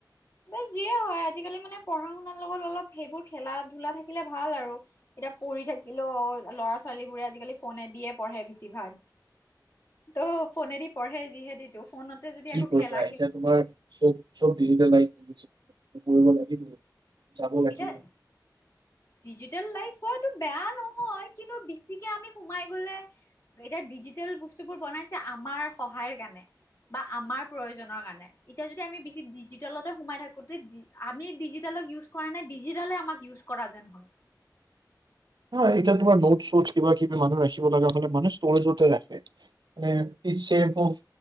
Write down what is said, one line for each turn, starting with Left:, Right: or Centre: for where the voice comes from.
Left: বা যিয়ে হয় আজিকালি মানে পঢ়া শুনাৰ লগত অলপ সেইবোৰ খেলাধূলা থাকিলে ভাল আৰু, এতিয়া পঢ়ি থাকিলেও ল'ৰা ছোৱালী বোৰে আজিকালি ফোনেদিয়ে পঢ়ে বেছিভাগ ত' ফোনেদি পঢ়ে যিহেতিটো ফোনত যদি
Right: কি
Left: আকৌ
Right: কৰিবা
Left: খেলা
Right: এতিয়া তোমাৰ চব চব ডিজিটেলাইজ কৰিব লাগিবই যাব লাগিব।
Left: এতিয়া ডিজিটেল লাইফট বেয়া নহয়, কিন্তু, ছিকে আমি সোমাই গ'লে এতিয়া ডিজিটেল বস্তুবোৰ বনাইছে আমাৰ সহায়ৰ কাৰণে বা আমাৰ প্ৰয়োজনৰ কাৰণে এতিয়া যদি আমি বেছি ডিজিটেলতে সোমাই থাকো তে আমি ডিজিটেলক ইউজ কৰা নাই ডিজিটেলে আমাক ইউজ কৰা যেন হয়।
Right: হয়, এতিয়া তোমাৰ নোটচ চোচ কিবা কিবি মানুহ ৰাখিব লগা হ'লে মানু্হে ষ্টৰেজতে ৰাখে। মানে ইটছ ছেভ অফ